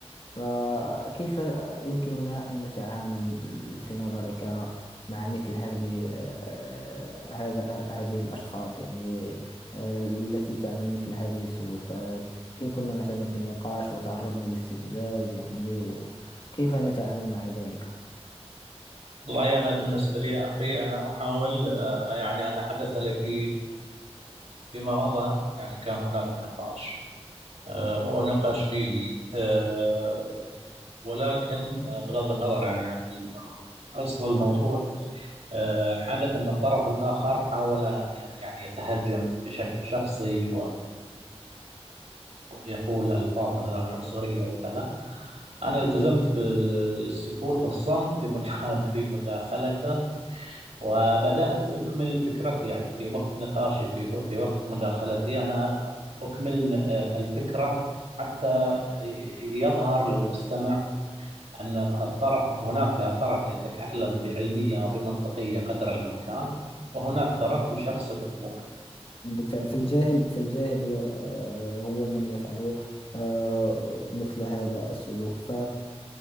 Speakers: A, on the left; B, on the right.
A: فكيف يمكننا أن نتعامل في نظرك مع مثل هذه آه، هذا هذه الأشخاص يعني آه، التي تعمل مثل هذه السلوكات إن كنا مثلا في نقاش وتعرضنا لاستفزاز يعني و- كيف نتعامل مع ذلك؟
B: والله أنا بالنسبة لي يا أخي أنا أحاول آه، يعني أنا حدث لي في فيما مضى يعني كان هناك نقاش آه، هو نقاش ديني آه، ولكن آه، بغض النظر يعني عن أصل الموضوع آه، حدث أن الطرف الآخر حاول أن يعني يتهجم بشكل شخصي ويقول ألفاظ مثلا عنصرية وكذا أنا التزمت بالسكوت والصمت في مدا- <laughs> في مداخلته وبدأت أكمل فكرتي يعني في وقت نقاشي في في وقت مداخلتي أنا أكمل آه، الفكرة حتى يظهر للمستمع أن الطرف هناك طرف يتكلم بعلمية وبمنطقية قدر الإمكان وهناك طرف يشخص الأمور
A: بالفعل فالجاهل فالجاهل ي- آه، هو من يفعل آه، مثل هذا السلوك ف